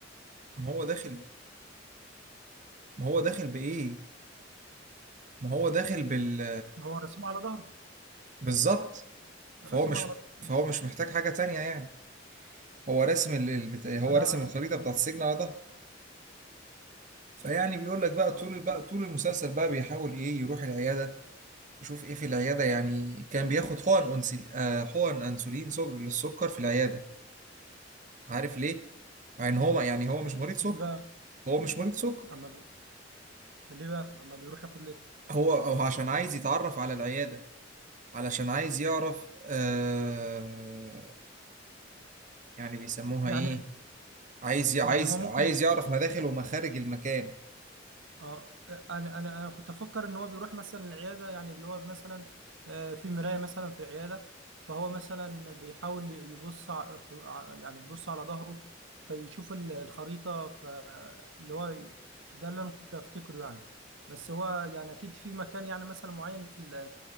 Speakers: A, on the right (about 40°); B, on the right (about 85°).
A: ما هو داخل ما هو داخل بإيه ما هو داخل بال
B: هو رسام على ظهره
A: بالظبط فهو
B: رسام
A: مش
B: على مم.
A: فهو مش محتاج حاجة تانية يعني هو رسم ال- البت... هو
B: أنا
A: رسم الخريطه
B: أنا-
A: بتاعت
B: مم.
A: السجن على ظهره فيعني بيقول لك بقى
B: آه
A: طول بقى طول المسلسل بقى بيحاول ايه يروح العياده يشوف ايه في العياده يعني كان بياخد حقن انسل... آه حقن انسولين سج... للسكر في العياده عارف ليه؟ يعني هو ما... يعني هو مش مريض سكر
B: ليه بقى؟
A: هو مش مريض سكر
B: أما بي- ليه بقى؟ أما بيروح ياخد ليه؟
A: هو هو عشان عايز يتعرف على العياده علشان عايز يعرف آه... يعني بيسموها
B: يعني
A: ايه؟ عايز ي- عايز
B: يعني هو ممكن
A: عايز يعرف مداخل ومخارج المكان
B: اه انا انا انا كنت افكر ان هو بيروح مثلا العياده يعني اللي هو مثلا آه، في مرايه مثلا في العياده فهو مثلا بيحاول يبص ع- في- ع- يعني يبص على ظهره فيشوف ال- الخريطه فاللي هو ي- ده اللي انا كنت افتكره يعني بس هو يعني اكيد في مكان يعني مثلا معين في ال-